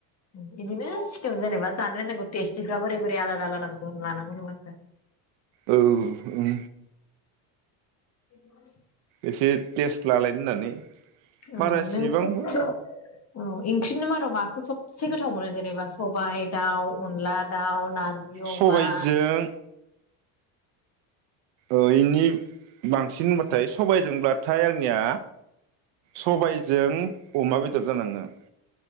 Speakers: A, on the left (about 35°); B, on the right (about 65°).
A: उम इदिनो सिक्किम जेनेबा जानो रोनांगौ टेस्टिफ्रा बोरै बोरै आलादा आलादाफोरखौ लानांगौ नङामोनब्ला।
B: औ उम
A: <unintelligible> <unintelligible>
B: एसे टेस्ट लालायनो होननानै। बारा
A: औ
B: इसिबांबो
A: नों सब -सब औ ओंख्रिनो मादाव माखौ सब। से गोथाव मोनो जेनेबा सबाय दाउ अनला। दाउ नारजि अमा।
B: सबायजों
A: <inaudible>
B: औ इनि बांसिन होनबाथाय सबायजोंब्लाथाय आंनिया। सबायजों अमा बेदर जानाङो।